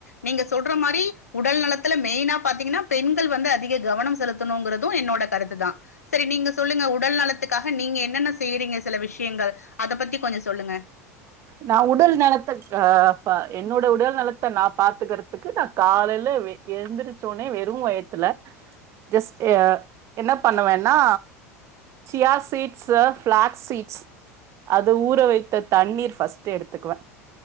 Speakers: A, on the left (about 80°); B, on the right (about 35°).
A: நீங்க சொல்ற மாரி உடல் நலத்துல மெயினா பாத்தீங்கன்னா பெண்கள் வந்து அதிக கவனம் செலுத்தணுங்குறது என் னோட கருத்து தா செரி நீங்க சொல்லுங்க உடல் நலத்துக்காக நீங்க என்னென்ன செய்றீங்க செல விஷயங்கள் அத பத்தி கொஞ்சோ சொல்லுங்க
B: நா உடல் நலத்தக்காக என்னோட உடல் நலத்த நா பாத்துக்கறதுக்கு நா காலைல ல எழுந்திச்சோனே வெரு வயத்துல ஜஸ்க் அ என்ன பண்ணுவன்னா சியா சீட்ஸ்ஸு ஃபிளாக்ஸ் சீட்ஸ் அது ஊற வைத்த தண்ணீர் ஃபஸ்ட்டு எடுத்துக்குவ